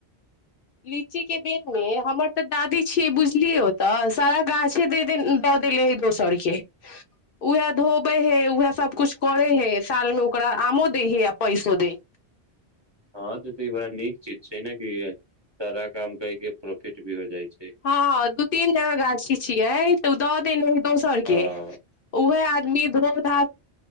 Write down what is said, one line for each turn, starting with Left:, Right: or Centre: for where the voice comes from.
Left: लीचीके बेरमे हमर तऽ दादी छियै बुझलियै तऽ सारा गाछे दे दऽ देले हइ दोसरके उएह धोबै हइ उएह सभकिछु करै हइ सालमे ओकरा आमो दै हइ आ पैसो दै हइ
Right: हँ त तऽ ई बड़ा नीक चीज छै ने क सारा काम क के प्रोफिट भी हो जाइ छै
Left: हँ दू तीन जना गाछी छियै तऽ उ दर तन दो सए
Right: हँ
Left: के उह आ आदमी धोम धा